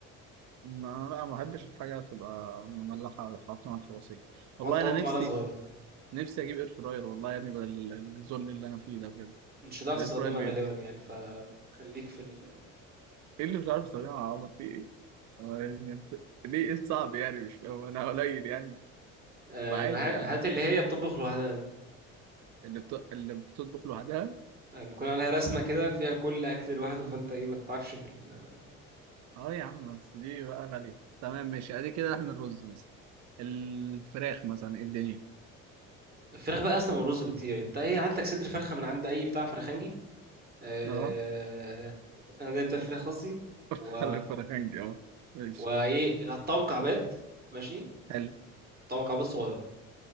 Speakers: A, on the right; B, on the right.
A: ما أنا لا ما بحبش الحاجة تبقى مملحة أو حاطة على الفرصية والله
B: حط
A: أنا
B: حط معلقه
A: نفسي
B: صغيره
A: في... نفسي أجيب إير فراير والله يا ابني بدل ال- الذل اللي أنا فيه ده بجد
B: مش هتعرف
A: الإير
B: تستخدمها
A: فراير بي-
B: غالبا يعني فخليك في ال...
A: إيه اللي مش عارف أستخدمه يا عمر فيه إيه؟ هو يعني أنت- ليه إيه الصعب يعني مش فاهم أنا قليل يعني
B: آه،
A: ما عادي
B: بها-
A: يا عم
B: هات اللي هي بتطبخ لوحدها
A: اللي بت... اللي بتطبخ لوحدها
B: يعني بيكون عليها رسمة كده فيها كل أكل لوحده فأنت إيه ما تتعبش في ال...
A: اه يا عم بس دي بقى غالية تمام ماشي ادي كده احنا الرز مثلا الفراخ مثلا إيه الدنيا
B: الفراخ بقى أصلا من الرز بكتير يعني أنت إيه هات لك صدر فرخة من عند أي بتاع فرخنجي آه...
A: اه
B: أنا بتاع فراخ قصدي
A: <laughs>
B: و...
A: الفراخين دي اه ماشي
B: وإيه هتقطعه مكعبات ماشي
A: حلو
B: قطعه مكعبات صغيرة